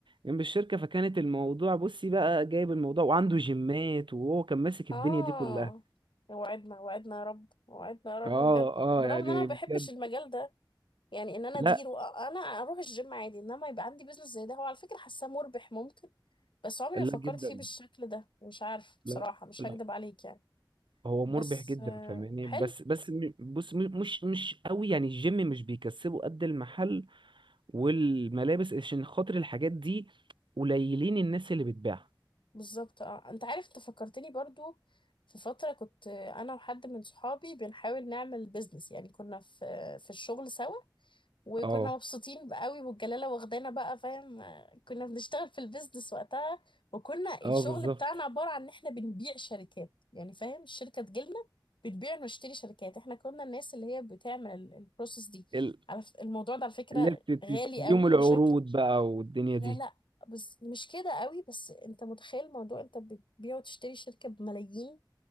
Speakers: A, on the right; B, on the left.
A: جنب الشركه فكانت الموضوع بصي بقى جايب الموضوع وعنده جيمات وهو كان ماسك
B: اه
A: الدنيا دي كلها
B: وعدنا وعدنا يا رب وعدنا يا رب
A: اه
B: بجد
A: اه
B: برغم
A: يعني
B: ان انا ما
A: بجد
B: بحبش المجال ده يعني ان انا
A: لا
B: اديره أ- انا اروح الجيم عادي انما يبقى عندي بيزنس زي ده هو على فكره حاساه مربح ممكن بس عمري
A: لا
B: ما فكرت
A: جدا
B: فيه بالشكل ده مش عارف
A: لا
B: بصراحه مش
A: لا
B: هكدب عليك يعني
A: هو
B: بس
A: مربح جدا
B: آه،
A: فاهماني
B: حلو
A: بس بس م- بص م- مش مش قوي يعني الجيم مش بيكسبه قد المحل والملابس عشان خاطر الحاجات دي قليلين الناس اللي بتبيعها
B: بالظبط اه انت عارف انت فكرتني برضو في فتره كنت آه، انا وحد من صحابي بنحاول نعمل بيزنس يعني كنا في في الشغل سوا وكنا
A: اه
B: مبسوطين بقى قوي والجلاله واخدانا بقى فاهم آه، كنا بنشتغل في البيزنس وقتها وكنا الشغل
A: اه بالظبط
B: بتاعنا عباره عن ان احنا بنبيع شركات يعني فاهم الشركه تجيلنا بتبيع ونشتري شركات احنا كنا الناس اللي هي بتعمل ال- البروسيس دي
A: ال-
B: على ف- الموضوع ده على فكره
A: اللي بت-
B: غالي
A: بتديهم
B: قوي
A: العروض
B: بشكل
A: بقى والدنيا
B: لا
A: دي
B: لا بس مش كده قوي بس انت متخيل موضوع انت بتبيع وتشتري شركه بملايين